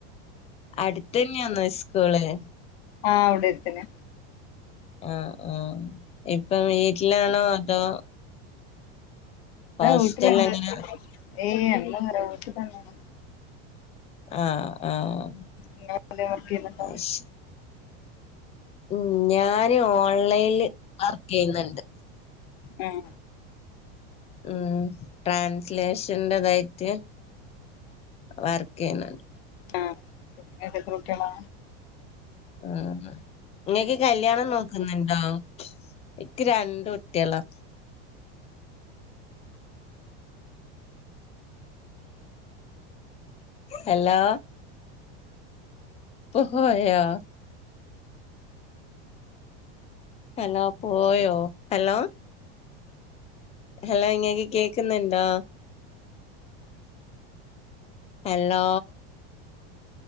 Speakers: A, on the left; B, on the left.
A: അടുത്തന്നെയാന്നോ സ്കൂള്
B: ആഹ് അവിടെ എത്ത്നാ.
A: ആഹ.. ആഹ.. ഇപ്പൊ വീട്ടിലാണോ? അതോ?
B: ഇതാ
A: ഹോസ്റ്റലിൽ
B: വീട്ടിലിണ്ട്
A: എങ്ങനാ
B: ഏയ് എന്താ പറ വീട്ടി തന്നെയാണ്.
A: ആഹ് ആഹ്
B: നിങ്ങള് എന്തേലുംവർക്കു ചെയ്യുന്നുണ്ടോ?
A: അയ്ശരി ഉം ഞാന് ഓൺലൈനില് വർക്ക് ചെയ്യുന്നുണ്ട്.
B: ഉം.
A: ഉം ട്രാൻസ്ലേഷൻന്റെ ഇതായിട്ട്. വർക്ക് ചെയ്യണുണ്ട്.
B: ആഹ് ഇയ്യാക്ക് എത്ര കുട്ടികളാ?
A: ആഹ് നിങ്ങക്ക് കല്ല്യാണം നോക്കു ന്നുണ്ടോ? നിക്ക് രണ്ട് കുട്ടികളാ. ഹലോ. ക്കു പ്പോയോ? ഹലോ പോയോ ഹലോ. ഹലോ ഇങ്ങക്ക് കേക്കുന്നുണ്ടോ? ഹലോ.